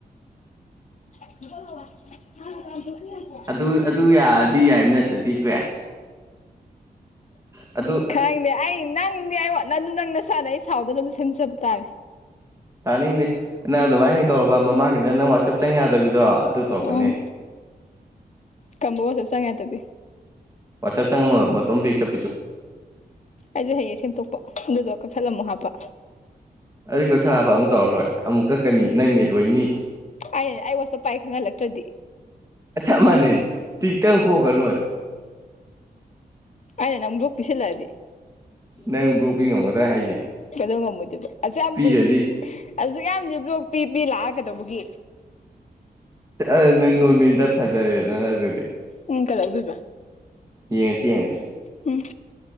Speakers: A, on the left (about 45°); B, on the right (about 20°).
A: <unintelligible> <unintelligible>
B: ꯑꯗꯨ ꯑꯗꯨ ꯌꯥꯔꯗꯤ ꯌꯥꯏ ꯅꯠꯇ꯭ꯔꯗꯤ ꯇꯣꯛꯑꯦ꯫ ꯑꯗꯣ꯫
A: ꯈꯪꯗꯦ ꯑꯩ ꯅꯪꯗꯤ ꯑꯩ ꯋꯥꯠ ꯅꯪ ꯑꯗꯨ ꯅꯪ ꯅꯁꯥꯅ ꯑꯩ ꯁꯥꯎꯗꯅꯕ ꯁꯦꯝꯖꯕ ꯇꯥꯔꯦ꯫
B: ꯇꯥꯅꯤꯡꯗꯦ ꯅꯪ ꯑꯗꯨꯃꯥꯏꯅ ꯍꯦꯛ ꯇꯧꯔꯕ ꯃꯃꯥꯡꯒꯤꯗ ꯅꯪ ꯋꯥꯆꯞ ꯆꯪ ꯌꯥꯗꯕꯤꯗꯣ ꯑꯗꯨ ꯇꯧꯔꯛꯀꯅꯤ
A: ꯎꯝ
B: <inaudible>
A: ꯀꯝꯕ ꯋꯥꯠꯆꯞ ꯆꯪ ꯌꯥꯗꯕꯤ
B: ꯋꯥꯠꯆꯞ ꯆꯪꯉꯝꯃ ꯃꯇꯣꯝ ꯕꯦꯛ ꯆꯠꯄꯤꯗꯣ
A: ꯑꯩꯁꯨ ꯍꯩꯌꯦ ꯁꯦꯝꯗꯣꯛꯄ ꯑꯗꯨꯗꯣ ꯀꯛꯊꯠꯂ ꯑꯃꯨꯛ ꯍꯥꯞꯄ
B: ꯑꯗꯨꯗꯤ ꯀꯠꯊꯠꯂ ꯍꯥꯞꯄ ꯑꯃꯨꯛ ꯇꯧꯔ ꯂꯣꯏ ꯑꯃꯨꯛ ꯀꯛꯀꯅꯤ ꯅꯪ ꯅꯦꯠ ꯂꯣꯏꯅꯤ
A: ꯑꯩꯅ ꯑꯩ ꯋꯥꯠꯆꯞ ꯄꯥꯏ ꯈꯪꯍꯜꯂꯛꯇ꯭ꯔꯗꯤ
B: ꯆꯞ ꯃꯥꯟꯅꯩ ꯇꯤꯛꯇꯪ ꯈꯣꯠꯈ꯭ꯔ ꯂꯣꯏꯔꯦ
A: ꯑꯩꯅ ꯅꯪ ꯕ꯭ꯂꯣꯛ ꯄꯤꯁꯤꯜꯂꯛꯑꯗꯤ
B: ꯅꯪ ꯕ꯭ꯂꯣꯛꯄꯤ ꯉꯝꯒꯗ꯭ꯔꯥ ꯍꯥꯏꯁꯦ
A: ꯀꯩꯗꯧ ꯉꯝꯃꯣꯏꯗꯣꯏꯕ ꯑꯁꯨꯛꯌꯥꯝ
B: ꯄꯤꯔꯗꯤ
A: ꯀꯨꯏꯕꯗꯤ ꯑꯁꯨ ꯌꯥꯝꯗꯤ ꯕ꯭ꯂꯣꯛ ꯄꯤ ꯄꯤ ꯂꯥꯛꯑ ꯀꯗꯧꯕꯒꯤ
B: ꯐ ꯅꯪ ꯅꯣꯔꯃꯦꯟꯗ ꯐꯖꯔꯦꯗꯅ ꯑꯗꯨꯗꯤ
A: ꯅꯪ ꯀꯩꯗꯧꯗꯣꯏꯕ
B: ꯌꯦꯡꯉꯁꯤ ꯌꯦꯡꯉꯁꯤ
A: ꯎꯝ